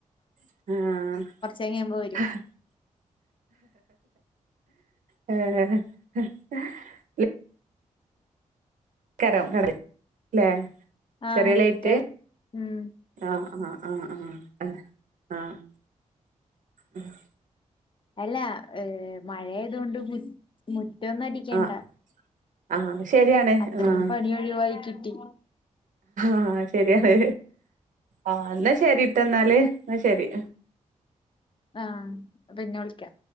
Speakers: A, on the right (about 75°); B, on the left (about 40°).
A: ആഹ്
B: കഴിയുമ്പോ വരും
A: ഏഹ് അക്ക കരം കറി ലേ
B: ആഹ്
A: ചെറി
B: ലേറ്റാവും
A: ലൈറ്റ്
B: ഉം
A: ആഹ് ആഹ് ആഹ് ആഹ് ഏ ആഹ് ആഹ്
B: അല്ല ഏഹ് മഴ ആയതോണ്ട് മുറ്റൊന്നു അടിക്കണ്ട
A: ആഹ് ആഹ് ശരിയണ്
B: അത്രയും
A: ആഹ്
B: പണി ഒഴിവായി കിട്ടി
A: ആഹ് ശരിയാണ് ആഹ് ഇന്നാ ശരി ട്ടൊന്നാല്. ഇന്ന ശരി
B: ആഹ് പിന്നെ വിള്ക്ക്യ